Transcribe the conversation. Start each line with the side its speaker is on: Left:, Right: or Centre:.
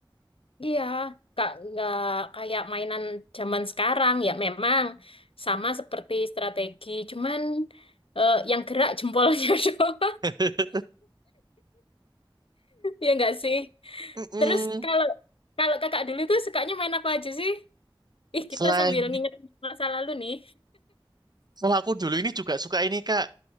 Left: Iya, nggak nggak kayak mainan zaman sekarang ya memang sama seperti strategi, cuman eh, yang gerak jempolnya <laughs> doang,
Right: <laughs>
Left: ya nggak sih?
Right: Mm-mm.
Left: Terus kalau kalau kakak dulu tuh sukanya main apa aja sih? Ih,
Right: Selain
Left: kita sambil nginget masa lalu nih.
Right: Kalau aku dulu ini juga suka ini Kak,